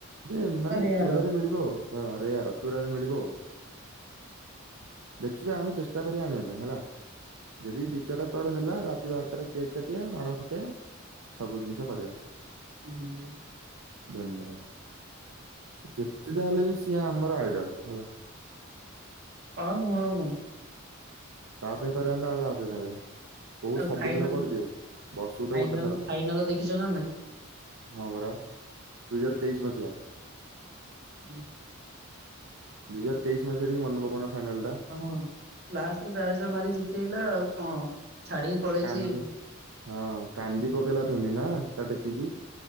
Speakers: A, on the right; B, on the right.
A: ଯେ ମାନେ
B: ନା ରେୟାର
A: ଚୋରାରେ ମିଳିବ ଆଉ ରେୟାର ଚୋରାରେ ମିଳିବ ଆଉ। ଦେଖିବା ଆମେ ଚେଷ୍ଟା କରିବା ଆଣିବା ପାଇଁ ହେଲା। ଯଦି ଦି ଚାରଟା କୁଆଡୁ ହେଲା ରାତି ବାରଟାରେ କେକ୍ କାଟିବା ବାଣ ଫୁଟେଇବା। ସବୁ ଜିନିଷ କରିବା।
B: ହୁଁ।
A: ଧନ୍ୟବାଦ ଯେତେ ଯାହା ହେଲେ ବି ସିଏ ଆମର ଆଇଡଲ ହେଲା।
B: ହଁ ନୁହଁ ଆଉ କଣ?
A: ତା ପାଇଁ କରିବା ନି ତ ଆଉ କାହା ପାଇଁ କରିବା? କୋଉ
B: ଆଉ
A: ସବୁଦିନ
B: ଫାଇନାଲ
A: କରୁଛେ ବର୍ଷକୁ ତ
B: ଫାଇନାଲ
A: ଗୋଟେ ଥର।
B: ଫାଇନାଲ ଦେଖିଛ ନା ନାଇଁ?
A: ହଁ ପରା ଦୁଇ ହଜାର ତେଇଶି ମସିହା।
B: ହୁଁ।
A: ଦୁଇ ହଜାର ତେଇଶି ମସିହା ଟିକେ ମନେ ପକଉନ ଫାଇନାଲ ଟା।
B: ହଁ ଲାଷ୍ଟକୁ ଜାଡେଜା ମାରିକି ଜିତେଇଲା ଆଉ ହଁ ଛାଡିକି ପଳେଇଛି।
A: କାନ୍ଦି ହଁ କାନ୍ଦି ପକେଇଲା ଧୋନି ନା ତାକୁ ଟେକିକି।